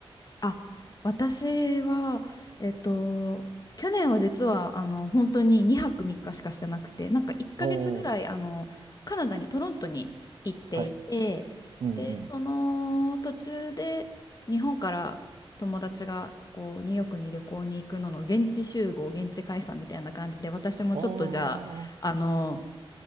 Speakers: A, on the left; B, on the right.
A: あ、私は、えっと、去年は実は、あの、本当に2泊3日しかしてなくて、なんか1ヶ月ぐらい、
B: おー、
A: あの、カナダに、トロントに行っていて、
B: はい。うんうん。
A: で、その途中で、日本から友達が、こう、ニューヨークに旅行に行くのの現地集合、現地解散みたいな感じで、私もちょっとじゃあ、
B: ああ
A: あの、